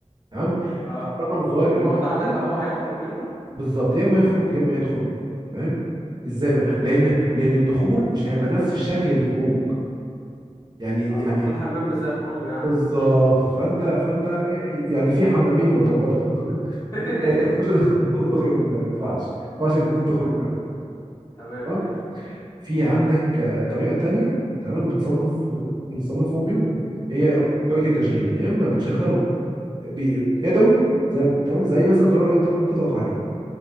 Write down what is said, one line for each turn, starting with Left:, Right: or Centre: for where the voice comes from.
Right: تمام
Left: اه
Right: الرقم الصغير
Left: والموضع
Right: اللي هو اتنين
Left: ده اللي هو هيخرج منه
Right: بالظبط يا اما يخرج يا اما يدخل فاهم ازاي بقى لان لان الدخول مش هيبقى نفس الشكل الخروج يعني
Left: اه
Right: يعني
Left: دخول الحمام زي خروجه يعني
Right: بالظبط فانت فانت يعني في حمامين يعتبر <laughs>
Left: <laughs>
Right: انت تخش <laughs> وتخرج من ده ما ينفعش ما ينفعش الاثنين تخرج منهم
Left: تمام تمام
Right: تمام
Left: ماشي
Right: في عندك آه، طريقه تانية تمام بتصنف بنصنفهم بيهم هي طريقه التشغيل يا اما بتشغله بي- يدوي زي تمام زي مثلا زرار انت بتضغط عليه